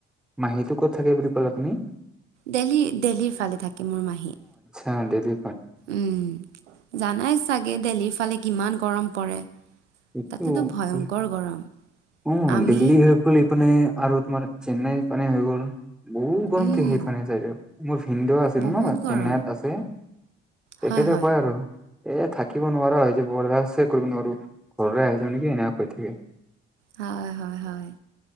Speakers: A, in the centre; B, on the right (about 85°).
A: মাহীটো ক'ত থাকে বুলি ক'লা তুমি।
B: দেল্হি দেলহিৰ ফালে থাকে মোৰ মাহী।
A: হ দেৰি
B: উম। জানাই চাগে দেল্হীৰ ফালে কিমান গৰম পৰে।
A: এইটো
B: তাতেতো ভয়ংকৰ
A: ই
B: গৰম।
A: অ
B: আমি
A: দিল্লী হৈ গ'ল ইপিনে আৰু তোমাৰ চেন্নাইৰ পানে হৈ গ'ল। বহুত গৰমটো
B: উম
A: সেইফানে চাইদে মোৰ ভিন্দ আছিল
B: বহুত
A: ন
B: গৰম।
A: চেন্নাইত আছে। তেখেতে
B: হয় হয়
A: কয় আৰু এ থাকিব নোৱাৰা যে বৰদাচে কৰিব নোৱাৰো ঘৰৰে আহি।
B: হয় হয় হয়।